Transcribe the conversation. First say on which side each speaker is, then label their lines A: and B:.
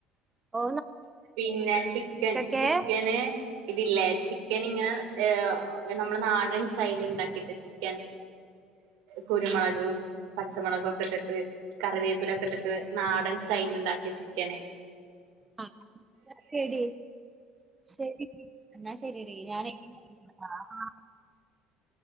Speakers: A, on the right; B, on the right.
A: ഓ
B: പിന്നെ ചിക്കൻ
A: ക്കൊക്കെ
B: ചിക്കന് ഇതില്ലേ ചിക്കനിങ്ങനെ ഏ നമ്മളെ നാടൻ സ്റ്റൈല് ഇണ്ടാക്കിട്ട് ചിക്കൻ കുരുമുളകും പച്ചമുളകൊക്കെ ഇട്ടിട്ട് കറിവേ ഉപ്പിലൊക്കെട്ടിട്ട് നാടൻ സ്റ്റയ്ല്ണ്ടാക്കിയ ചിക്കന്
A: അ ഓക്കെടീ ശരി എന്നാ ശരിടീ ഞാനയ് ആ അ